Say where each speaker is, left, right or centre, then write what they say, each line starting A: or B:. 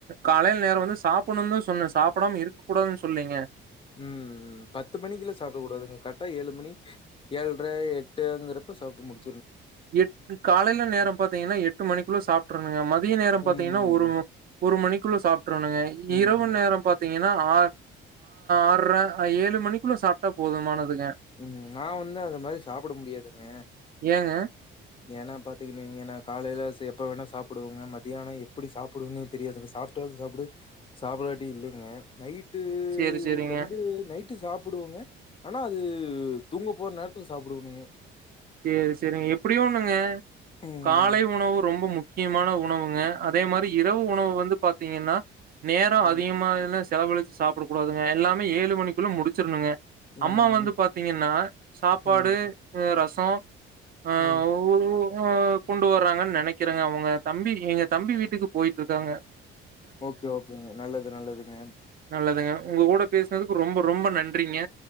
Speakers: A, on the right; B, on the left.
A: காலையில நேரோ வந்து சாப்பிடணூனு தா சொன்னே சாப்பிடாம இருக்க கூடாதுன் சொல்லைங்க
B: ம் பத்து மணிக்குலா சாப்பிட கூடாதுங்க கரெக்டா ஏழு மணி ஏழரை எட்டுங்கிறப்ப சாப்பிட்டு முடி
A: எட் காலில நேரோ பாத்தீங்னா எட் டு மணிக்குள்ள சாப்ட்ருங்க மத் மதிய நேரோ பாத்தீங்னா
B: ம்.
A: ஒரு ஒரு மணிக் குள்ள சாப் ட்ருவேனுங்க
B: ம்.
A: இரவு நேரோ பாத்தீங் ஏன்னா ஆ ஆற்ர ஏழு மணிக்குள்ள சாப்டா போதுமானது
B: ம் நா வந்து அந்த மாரி சாப்பிட முடியாதுங்க
A: ஏங்க?
B: ஏனா பாத்தீங்னா காலையில சேப்பா வேணா சாப்பிடுவேங்க மத்தியானோ எப்டி சாப்பிடுவேன்னே தெரியாதுங்க சாப்படாலூ சாப்டு சாப்பிடாட்டி இல்லைங்க நைட் டு
A: சரி, சரிங்க.
B: வந்து நைட் ட்டு சாப்பிடுவேங்க ஆனா அது தூங்க போற நேரத்துல சாப்பிடுவேனுங்க
A: ஏஸ் செரிங்க எப்டியோ ஒன்னுங்க
B: ம்.
A: காலை உணவு ரொம்ப முக் கியமான உணவுங்க அதே மாரி இரவு உணவு வந்து பாத்தீங்கன்னா நேரோ
B: ம்.
A: அதிகமாகலஸ் செலவழிச்சு சாப்டக்கூடாதுங்க எல்லாமே ஏழு மணிக்குள்ள முடிச்சிர்ணுங்க
B: ம்.
A: அம்மா வந்து பாத்தீங்கன்னா சாப்பாடு
B: ம்.
A: உ ரஸ் சோ ஆ
B: ம்.
A: <unintelligible> ஆ கொண்டு வர்றாங்கன் நெனைக்கிறேங்க அவுங்க தம்பி எங்க தம்பி வீட்டுக்கு போயிட்ருக்காங்க
B: ஓகே ஓகேங்க நல்லது நல்லதுங்க
A: நல்லதுங்க. உங்க ஊட பேசுனதுக்கு ரொம்ப ரொம்ப நன்றிங்க